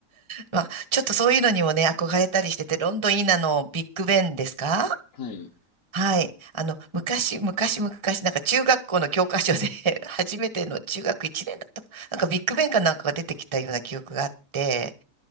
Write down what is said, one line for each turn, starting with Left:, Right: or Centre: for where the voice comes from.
Right: まあ、ちょっとそういうのにもね、憧れたりしてて、ロンドンいいなのビッグベンですか
Left: <laughs> はい。
Right: はい。あの、昔、昔、昔、なんか中学校の教科書で <laughs> 初めての中学1年だったか。なんかビッグベンかなんかが出てきたような記憶があって、